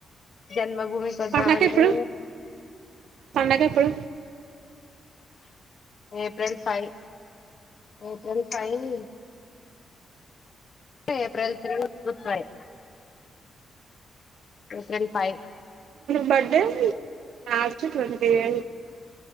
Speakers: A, on the left; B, on the right.
A: జన్మ భూమికిదమంటే
B: పండగ ఎప్పుడు పండగ ఎప్పుడు
A: April five April five April three good five యుకెన్ పై
B: బర్డే మార్చ్ ట్వంటి ఏ